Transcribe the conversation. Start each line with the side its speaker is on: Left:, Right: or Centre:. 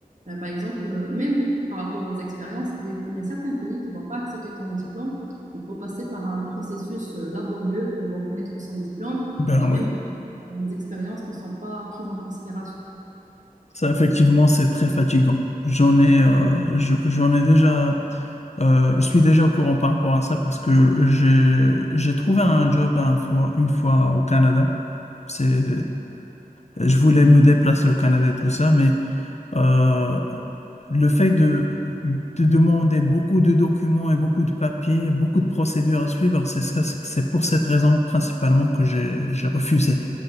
Right: euh, par exemple, euh, même par rapport aux expériences, des- il y a certains pays qui ne vont pas accepter ton diplôme. Il faut passer par un processus euh, laborieux pour reconnaître son diplôme.
Left: ben
Right: Et même
Left: oui.
Right: euh, les expériences ne sont pas prises en considération
Left: Ça, effectivement, c'est très fatigant. J'en ai, euh, je- j'en ai déjà, euh, je suis déjà au courant par rapport à ça parce que j'ai, j'ai trouvé un job un fois, une fois au Canada. C'est, je voulais me déplacer au Canada et tout ça, mais euh, le fait de, de demander beaucoup de documents et beaucoup de papiers, beaucoup de procédures à suivre, c'est ce que- c'est pour cette raison principalement que j'ai, j'ai refusé.